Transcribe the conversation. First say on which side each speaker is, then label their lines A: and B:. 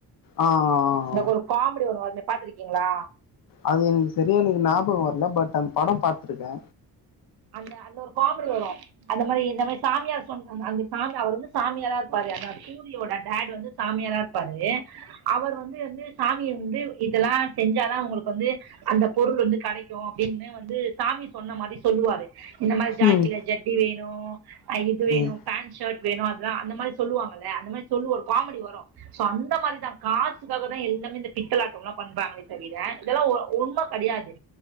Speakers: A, on the left; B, on the right.
A: ஆ ஆ
B: எனக்கு
A: ஆ.
B: ஒரு காமெடி வரு அத பாத்துருக்கீங்களா
A: அது எனக்கு சரியா எனக்கு ஞாபகோ வரல பட் அந்த படோ பாத்திருக்கே
B: அந்த அந்த ஒரு காமெடி வரு அந்த மாரி இந்த மாரி சாமியார் சொன்ன அந்த சாமி அவர் வந்து சாமியாரா இருப்பாரு அந்த சூரியோட டேட் வந்து சாமியாரா இருப்பாரு அவர் வந்து வந்து சாமிய வந்து இதெல்லா செஞ்சாதா உங்களுக்கு வந்து அந்த பொருள் வந்து கடைக்கும அப்படின்னு வந்து சாமி சொன்ன மாதிரி சொல்லுவாரு இந்த மாரி ஜாக்கில
A: ம்
B: ஜட்டி வேணு இது வேணு
A: ம்
B: பேண்ட் ஷர்ட் வேணு அத அந்த மாதிரி சொல்லுவாங்கள அந்த மாதிரி சொல்லு ஒரு காமெடி வரு சோ அந்த மாரிதா காசுக்காக தா எல்லாமே இந்த பித்தலாட்டோல்லா பண்றாங்களே தவிர இதெல்லா உண்ம கெடயாது